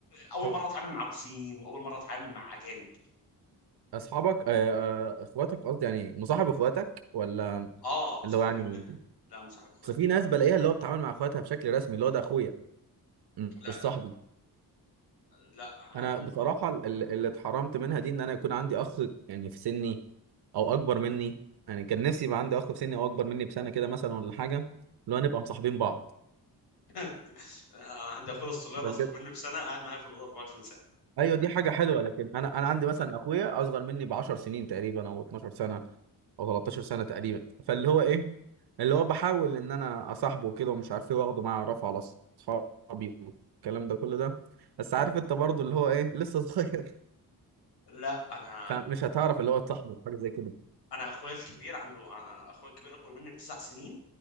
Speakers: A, on the left; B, on the right.
A: واول
B: طب
A: مره اتعامل مع روسيين واول مره اتعامل مع اجانب
B: اصحابك آه، آه، اخواتك قصدي يعني مصاحب اخواتك ولا
A: اه مصاحبهم
B: اللي هو يعني
A: جدا لا مصاحب اخواتي
B: بس في
A: جدا
B: ناس بلاقيها اللي هو بتتعامل مع اخواتها بشكل رسمي اللي هو ده اخويا م-
A: لا
B: مش صاحبي
A: لا
B: انا
A: هم
B: بصراحه ال- ال- اللي اتحرمت منها دي ان انا يكون عندي اخ يعني في سني او اكبر مني يعني كان نفسي يبقى عندي اخ في سني او اكبر مني بسنه كده مثلا ولا حاجه اللي هو نبقى مصاحبين بعض
A: <laughs> لا، انا عندي اخويا الصغير
B: ده
A: اصغر
B: بجد
A: مني بسنه قاعد معايا في الاوضه 24 ساعه
B: ايوه دي حاجه حلوه لكن انا انا عندي مثلا اخويا اصغر مني ب 10 سنين تقريبا او 12 سنه او 13 سنه تقريبا فاللي هو ايه اللي هو بحاول ان انا اصاحبه وكده ومش عارف ايه واخده معايا اعرفه على اصحابي والكلام ده كله ده بس عارف انت برضه اللي هو ايه لسه صغير <laughs>
A: لا انا
B: فمش هتعرف اللي هو تصاحبه أو حاجه زي كده
A: انا اخويا الكبير عنده أنا- اخويا الكبير اكبر مني بتسع سنين